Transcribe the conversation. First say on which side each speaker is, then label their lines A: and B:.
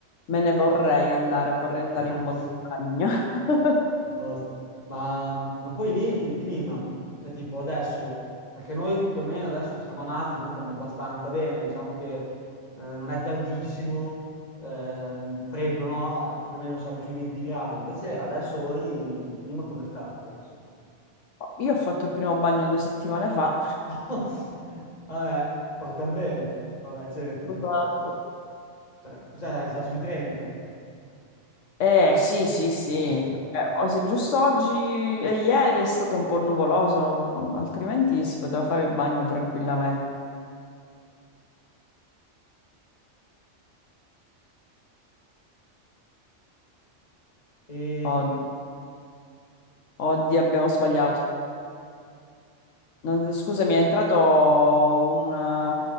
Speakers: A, on the left; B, on the left.
A: me ne vorrei andare, vorrei andare
B: <laughs>
A: in montagna. <laughs>
B: Posto. Ma, mh, ma poi lì il clima, cioè tipo adesso, perché noi più o meno adesso che siamo a marzo, noi stiamo abbastanza bene, diciamo che eh, non è caldissimo, ehm, freddo no, Eh, più o meno siamo sui 20 gradi, invece adesso voi di clima com'è stato adesso?
A: Io ho fatto il primo bagno due settimane fa.
B: <laughs> Vabbè, partiamo bene, vabbè certo,
A: Esatto.
B: cioè, cos'è già sui 30?
A: Eh sì, sì, sì.
B: Posto.
A: Eh, o se giusto oggi e ieri è stato un po' nuvoloso, altrimenti si poteva fare il bagno tranquillamente.
B: E,
A: Od- Oddio, abbiamo sbagliato. Non- scusami, è entrato un,